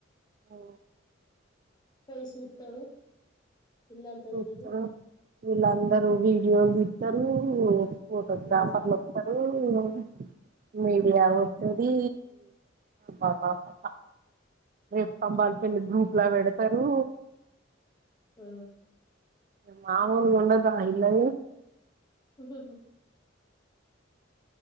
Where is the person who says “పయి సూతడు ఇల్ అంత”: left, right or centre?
Left